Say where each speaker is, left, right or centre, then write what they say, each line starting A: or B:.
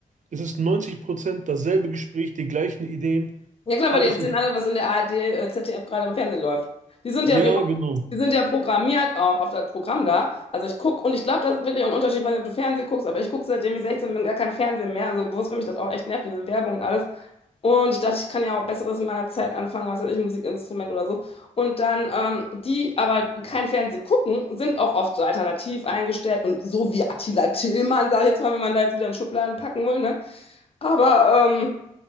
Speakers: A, on the right (about 60°); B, on the left (about 45°).
A: ist es 90% dasselbe Gespräch, die gleichen Ideen,
B: Ja klar,
A: alles.
B: weil die erzählen alle, was in der ARD, äh, ZDF gerade im Fernsehen läuft. Die sind
A: Ja,
B: ja wie,
A: genau.
B: die sind ja programmiert auch auf das Programm da. Also ich gucke und ich glaube, das ist wirklich auch ein Unterschied, weil du Fernsehen guckst, aber ich gucke, seitdem ich 16 bin, gar kein Fernsehen mehr. Also bewusst finde ich das auch echt nervig, diese Werbung und alles. Und ich dachte, ich kann ja auch Besseres in meiner Zeit anfangen, was weiß ich, ein Musikinstrument oder so. Und dann, ähm, die aber kein Fernsehen gucken, sind auch oft so alternativ eingestellt und so wie Attila Tillmann, sage ich jetzt mal, wenn man da jetzt wieder in Schubladen packen will, ne? Aber ähm,